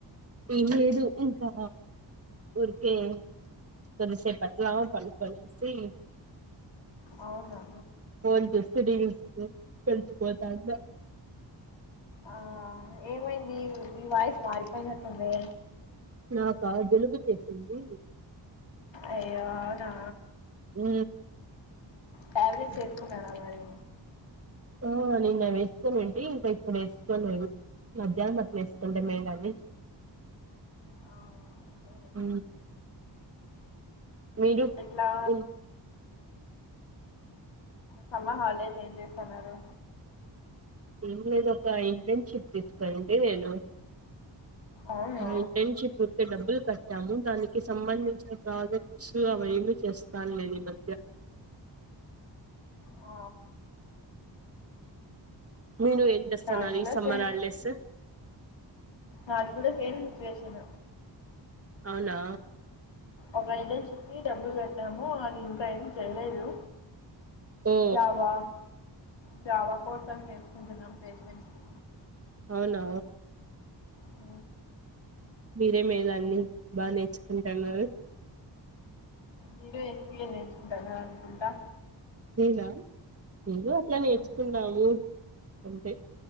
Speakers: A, on the right (about 30°); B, on the left (about 80°).
A: ఏం లేదు ఇంకా ఊరుకే కొద్దిసేపట్ల పండుకొని చూసి
B: అవునా
A: ఫోన్ చూసి కలిసుపోతా ఉన్న
B: ఆ ఏమైంది మీ వాయిస్ మారిపోయినట్టుంది
A: నాకా జలుబు చేసింది
B: అయ్యో అవునా
A: ఉ
B: టాబ్లెట్స్ వేసుకున్నారా మరి
A: ఓ నిన్న వేసుకోని ఉంటి ఇంకా ఇప్పుడు వేసుకోలేదు మధ్యాహ్నం అట్ల వేసుకుంటా మేం గాని
B: ఆ, అంతేలే.
A: ఉ మీరు
B: ఇట్లా
A: ఉ
B: సమ్మర్ హాలిడేస్ ఏం చేస్తున్నారు
A: ఏం లేదు ఒక ఇంటర్న్షిప్ తీసుకోనూటి నేను
B: అవునా
A: ఆ ఇంటెన్షిప్ డబ్బులు కట్టాము దానికి సంబంధించిన ప్రాజెక్ట్స్ అవి ఏమి చేస్తా లేదు ఈ మధ్య
B: ఆ
A: మీరు ఏం చేస్తున్నారు
B: నాది కూడా
A: ఈ సమ్మర్
B: సేమ్
A: హాలిడేస్
B: నాకు కూడా సేమ్ సిచువేషన్
A: అవునా
B: ఒకరికి చిట్టి డబ్బులు కట్టాము అది ఇంకా ఏం చేయలేదు
A: ఓ
B: జావా జావా కోర్స్ అవి నేర్చుకుంటున్నాం ప్లేస్మెంట్స్ కి
A: అవునా
B: ఉ
A: మీరే మే దాన్ని బాగా నేర్చుకుంటున్నారు
B: మీరు ఎస్ సి ఎల్ నేర్చుకుంటున్నారు అనుకుంటా
A: నేనా ఏదో అట్లా నేర్చుకున్నాము
B: హ్మ్.
A: అంతే